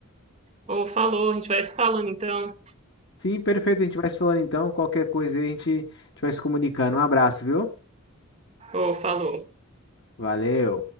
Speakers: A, on the right; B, on the left.
A: Ô, falou, a gente vai se falando então.
B: Sim, perfeito, a gente vai se falando então. Qualquer coisa aí a gente, a gente vai se comunicando. Um abraço, viu?
A: Ô, falou.
B: Valeu.